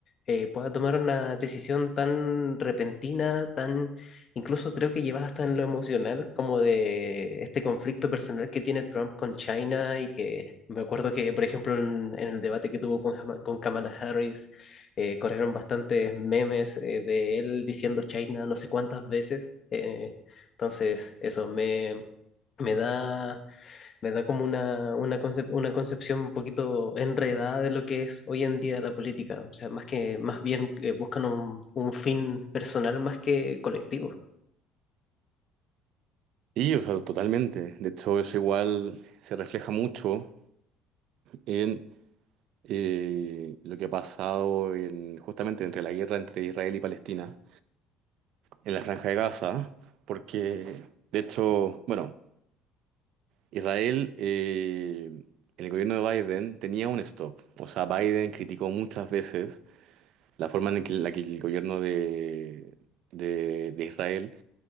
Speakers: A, on the left; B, on the right.
A: eh, pueda tomar una decisión tan repentina, tan incluso creo que lleva hasta en lo emocional, como de este conflicto personal que tiene Trump con China y que me acuerdo que, por ejemplo, en, en el debate que tuvo con, Jama- con Kamala Harris, eh, corrieron bastantes memes eh, de él diciendo China no sé cuántas veces. eh, entonces, eso me, me da, me da como una, una, concep- una concepción un poquito enredada de lo que es hoy en día la política. O sea, más que, más bien eh, buscan un, un fin personal más que colectivo.
B: Sí, o sea, totalmente. De hecho, eso igual se refleja mucho en eh, lo que ha pasado en, justamente entre la guerra entre Israel y Palestina, en la Franja de Gaza, porque, de hecho, bueno, Israel, eh, en el gobierno de Biden tenía un stop. O sea, Biden criticó muchas veces la forma en que- la que el gobierno de, de, de Israel